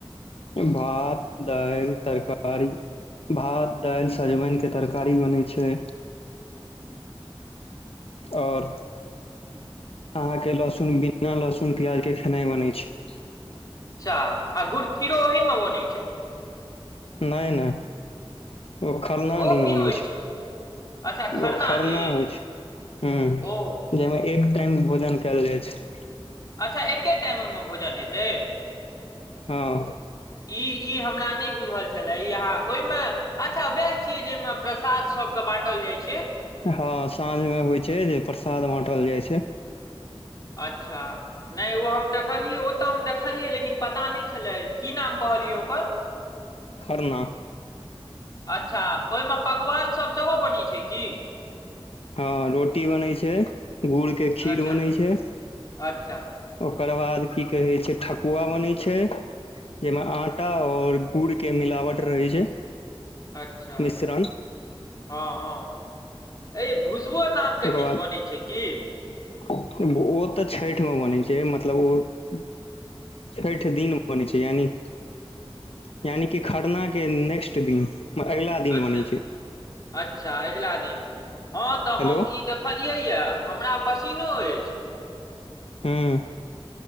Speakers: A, on the left; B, on the left.
A: भात दाइल तरकारी भात दालि सजमनिके तरकारी बनै छै आओर अहाँके लहसुन बिना लहसुन प्याज के खेनाइ बनै छै
B: अच्छा आ गुड़ खीरो अही में ब ने छै
A: नहि नहि ओ खरना
B: तऽ ओ
A: दिन
B: की
A: बनै
B: होइ
A: छै
B: अच्छा
A: ओ खरना
B: दिन
A: होइ छै हूं
B: ओ
A: जहिमे एक टाइम भोजन कयल जाइ छै
B: अच्छा एके टाइम ओहिमे भोजन हेतै
A: हँ
B: ई ई हमरा नइ बुझल छला ई अहां ओइमे अच्छा उएह छियै जैमे प्रसाद सबके बाँटल जाइ छै
A: हँ साँझ मे होइ छै जे प्रसाद बाटल जाइ छै
B: अच्छा नहि ओ हम देखलियै ओ तऽ हम देखलियै लेकिन पता नहि छलै की नाम कहलियै ओकर
A: खरना
B: अच्छा ओहिमे पकवानसभ सेहो बनैत छै की
A: हँ रोटी बनै छै गुड़के खीर
B: अच्छा
A: बनै छै
B: अच्छा
A: ओकर बाद की कहैत छै ठकुआ बनैत छै जैमे आटा
B: हूँ
A: आओर गुड़ के मिलावट रहै छै
B: अच्छा
A: मिश्रण
B: हँ हँ अ भूसबो नामके
A: तकर
B: किछु
A: बाद
B: बनैत छै की
A: ओ तऽ छैठ मे बनै छै मतलब ओ छैठ दिन बनै छै यानी की‌ खरनाके नेक्स्ट दिन अगिला दिन
B: अच्छा
A: बनै छै
B: अच्छा अगिला दिन हँ तऽ
A: हेलो
B: हम ई देख कहलियै य हमरा पसीनो अछि
A: हँ